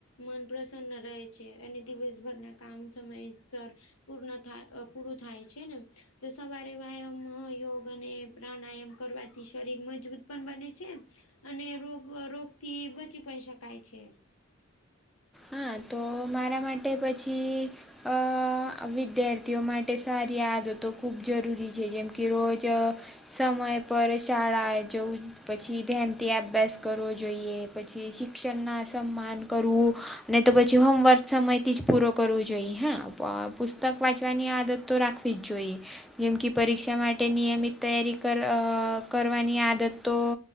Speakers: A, on the left; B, in the centre.
A: મન પ્રસન્ન રહે છે અને દિવસભરના કામ સમયસર પૂર્ થાય પૂરું થાય છે. છે ને તો સવારે વ્યાયામ યોગ. અને પ્રાણાયામ કરવાથી શરીર મજબૂત પણ બને છે. અને રોગ રોગથી બચી પણ શકાય છે.
B: હા તો મારા માટે પછી અ વિદ્યાર્થીઓ માટે સારી આદતો ખૂબ જરૂરી છે જેમ કે રોજ સમય પર શાળાએ જવું પછી ધાનથી અબ્યાસ કરવો જોઈએ, પછી શિક્ષણ ના સન્માન કરવું નઈ તો પછી હોમવર્ક સમયથી જ પૂરો કરવો જોઈએ હ, પુસ્તક વાંચવાની આદત તો રાખવી જ જોઈએ. એમ કે પરીક્ષા માટે નિયમિત તૈયારી કર કરવાની આદતો